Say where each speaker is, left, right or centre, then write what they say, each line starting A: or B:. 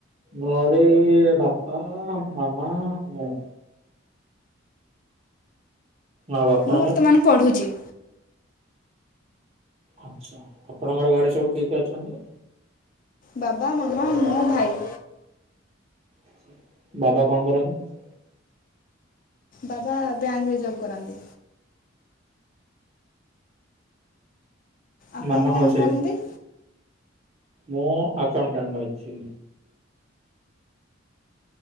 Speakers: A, on the right; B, on the left.
A: ଘରେ ବାପା ମାମା ମୁଁ। ଆଉ ଆପଣଙ୍କର?
B: ମୁଁ ବର୍ତ୍ତମାନ ପଢୁଛି।
A: ଆଚ୍ଛା, ଆପଣଙ୍କର ଘରେ ସବୁ କିଏ କିଏ ଅଛନ୍ତି?
B: ବାବା, ମାମା ମୁଁ ଭାଇ।
A: ଆଛା, ବାବା କଣ କରନ୍ତି?
B: ବାବା ବ୍ୟାଙ୍କ ରେ ଜବ କରନ୍ତି। ଆପଣ
A: ମାମା
B: କଣ
A: ହାଉସ୍ ୱାଇଫ୍।
B: କରନ୍ତି?
A: ମୁଁ ଆକାଉଣ୍ଟାଣ୍ଟ ଅଛି।